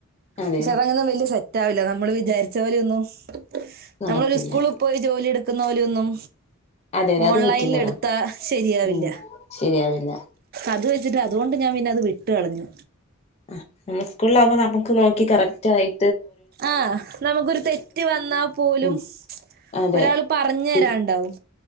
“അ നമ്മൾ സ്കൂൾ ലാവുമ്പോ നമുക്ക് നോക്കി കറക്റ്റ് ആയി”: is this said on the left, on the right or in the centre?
Left